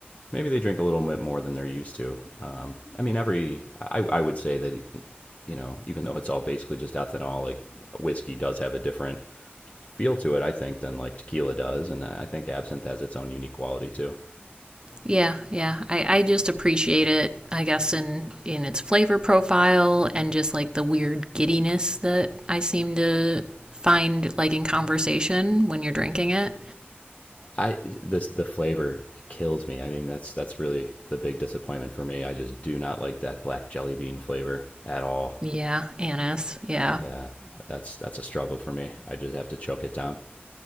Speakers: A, on the left; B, on the right.
A: maybe they drink a little bit more than they're used to um, i mean every I, I would say that you know even though it's all basically just ethanol like whiskey does have a different feel to it, I think, than like tequila does, and I think absinthe has its own unique quality too.
B: Yeah, yeah. I, I just appreciate it, I guess, in in its flavor profile and just like the weird giddiness that I seem to find like in conversation when you're drinking it.
A: I this the flavor kills me. I mean, that's that's really the big disappointment for me. I just do not like that black jelly bean flavor at all.
B: Yeah, anise. Yeah.
A: Yeah, that's that's a struggle for me. I just have to choke it down.